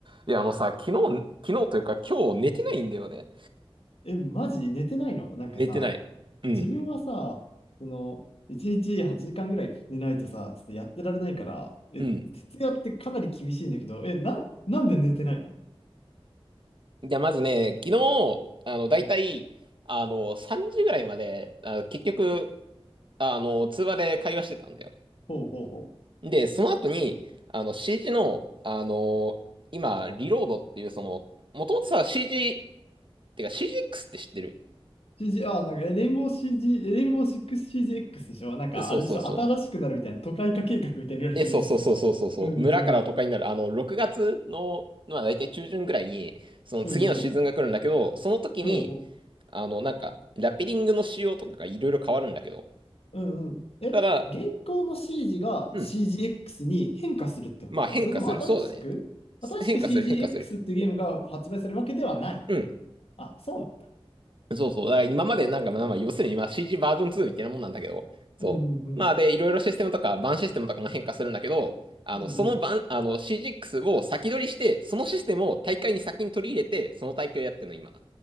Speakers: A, on the right; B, on the left.
A: いや、あのさ、昨日、昨日というか今日寝てないんだよね。
B: え、マジ寝てないのなんかさ、
A: 寝てない。うん。
B: 自分はさ、その、1日8時間ぐらい寝ないとさ、ちょっとやってられないから、え、
A: うん。
B: 徹夜ってかなり厳しいんだけど、え、な、なんで寝てないの
A: じゃあまずね、昨日、あの、だいたい、
B: うん
A: あの、3時ぐらいまで、あの、結局、あの、通話で会話してたんだよ。
B: ほうほうほう。
A: で、その後に、あの、CG の、あの、今、リロードっていう、その、もともとさ、CG、ってか CGX って知ってる
B: シージーあ、なんか、えレインボー CG、えレインボー 6CGX でしょなんか、
A: そうそうそう。
B: あれでしょ新しくなるみたいな、都会化計画みたいに言われてるやつ。
A: え、そうそうそうそうそうそう。
B: うんうんうんうん。
A: 村から都会になる。あの、6月の、まあ大体中旬ぐらいに、その次のシーズンが来るんだけど、
B: うんうん。
A: その時に、
B: ほうほう。
A: あの、なんか、ラペリングの仕様とかがいろいろ変わるんだけど。
B: うんうん。え、
A: ただ、
B: 現行の CG が
A: うん。
B: CGX に変化するってことなのそれとも新しく新しく
A: まあ変化する。そうだね。変化する、
B: CGX
A: 変化する。
B: っていうゲームが発売されるわけではない。
A: うん。
B: あ、そうなんだ。
A: そうそう。だから今までなんか、まあ、まあ要するにまあ CG バージョン2みたいなもんなんだけど。そう。
B: うんうんうん。
A: まあで、いろいろシステムとか、バンシステムとかも変化するんだけど、あの、
B: うんうん。
A: その版、あの、CGX を先取りして、そのシステムを大会に先に取り入れて、その大会をやってるの、今。